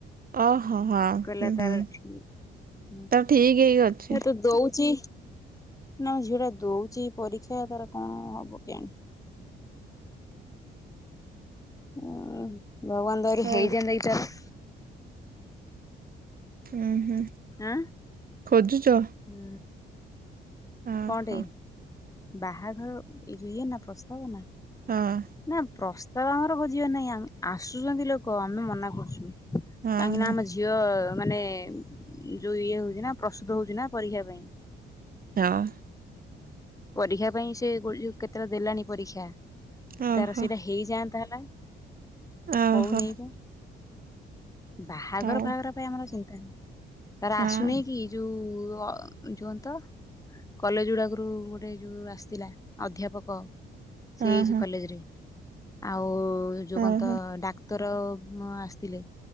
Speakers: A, on the right; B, on the left.
A: ଓ ହଁ ହଁ
B: କହିଲା
A: ହୁଁ
B: ତାର
A: ହୁଁ।
B: ଠିକ ହୁଁ
A: ତାର ଠିକ ହେଇ ଅଛି।
B: ଏ ତ ଦଉଛିି ନା ଝିଅ ଟା ଦଉଛି ପରୀକ୍ଷା ତାର କଣ-ଅ-ଅ ହବ କେଜାଣି। ଉ-ଉ-ଉ ଭଗବାନ ଙ୍କ ଦୟା ରୁ
A: ହଉ।
B: ହେଇଯାଆନ୍ତା କି ତାର।
A: ଉଁ ହୁଁ।
B: ଆଁ
A: ଖୋଜୁଛ?
B: ହୁଁ।
A: ଓହୋ
B: କଣ ଟେ ବାହାଘର ଇଏ ନା ପ୍ରସ୍ତାବ ନା?
A: ହଁ।
B: ନା ପ୍ରସ୍ତାବ ଆମର ଖୋଜିବାର ନାହିଁ ଆମ୍ ଆସୁଛନ୍ତି ଲୋକ ଆମେ ମନା କରୁଛୁ କାହିଁକି
A: ହଁ ହଁ
B: ନା ଆମ
A: ହଁ
B: ଝି ଝିଅ-ଅ-ଅ-ଅ ମାନେ ଯୋଉ ଇଏ ହଉଛି ନା ପ୍ରସ୍ତୁତ ହଉଛି ନା ପରୀକ୍ଷା ପାଇଁ।
A: ହଁ।
B: ପରୀକ୍ଷା ପାଇଁ ସେ ଗୋଲୁ କେତେଟା ଦେଲାଣି ପରୀକ୍ଷା
A: ଓହୋ
B: ତାର ସେଇଟା ହେ ହେଇଯାଆନ୍ତା ହେଲା
A: ଓହୋ
B: ହଉନେଇ ବା। ବାହାଘର
A: ହଉ
B: ଫାହାଘର ପାଇଁ ଆମର ଚିନ୍ତା ନାହିଁ। ତାର
A: ହଁ।
B: ଆସୁନେଇ କି ଯୋଉ-ଉ-ଉ-ଉ ଅ ଯୁଅନ୍ତ କଲେଜ ଗୁଡାକରୁ ଏ ଯୋଉ ଆସିଥିଲା ଅଧ୍ୟାପକ ସେ
A: ଓହୋ
B: ହେଇଛି କଲେଜରେ ଆଉ-ଉ-ଉ କୋଉ ଯୋଉ କଣତ-ଅ-ଅ-ଅ
A: ଓହୋ ଓହୋ
B: ଡାକ୍ତର-ଅ-ଅ-ଅ ଅମ୍ ଆସିଥିଲେ